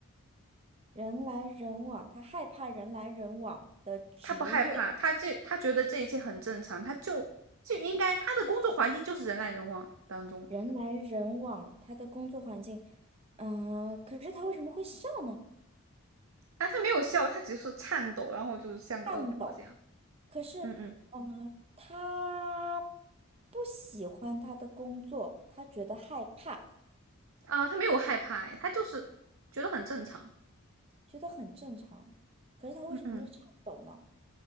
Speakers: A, on the right; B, on the right.
A: 人来人往，他害怕人来人往的职业，
B: 他不害怕，他这他觉得这一切很正常，他就就应该他的工作环境就是人来人往当中，
A: 人来人往，他的工作环境。嗯、可是他为什么会笑呢？
B: 啊，他没有笑，他只是颤抖，然后就是像个恶魔这样，
A: 颤抖。可是，
B: 嗯嗯，
A: 嗯、他不喜欢他的工作，他觉得害怕，
B: 啊，他没有害怕，哎，他就是觉得很正常，
A: 觉得很正常。可是他为什么会颤抖呢？
B: 嗯嗯，